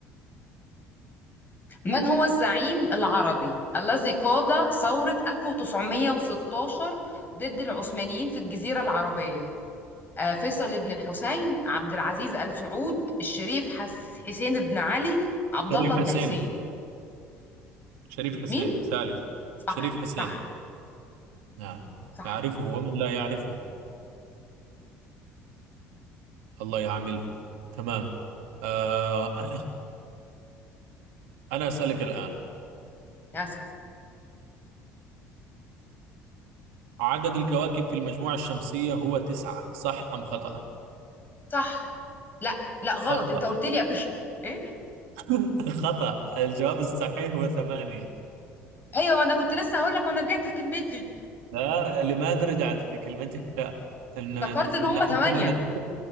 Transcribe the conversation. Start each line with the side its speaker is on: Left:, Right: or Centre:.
Left: من هو الزعيم العربي الذي قاد ثورة 1916 ضد العثمانيين في الجزيرة العربية؟ آه، فيصل بن الحسين، عبد العزيز آل سعود، الشريف حس حسين بن علي، عبد
Right: شريف
Left: الله بن
Right: حسين
Left: حسين.
Right: شريف حسين
Left: مين؟
Right: ثالث
Left: صح
Right: شريف حسين
Left: صح
Right: نعم
Left: صح
Right: يعرفه ومن لا يعرفه الله يعامله تمام آه <clears throat> أنا أسألك الآن
Left: ياسك
Right: عدد الكواكب في المجموعة الشمسية هو تسعة صح أم خطأ؟
Left: صح لا لا غلط
Right: خطأ
Left: انت قلت لي قبل كده. <laughs> ايه
Right: <laughs> خطأ الجواب الصحيح هو ثمانية
Left: ايوه ما انا كنت لسه هقول لك وانا رجعت في كلمتي
Right: لا لماذا رجعت في كلمتك لا إن
Left: افتكرت ان هم
Right: نحن
Left: ثمانية
Right: كلنا ندخل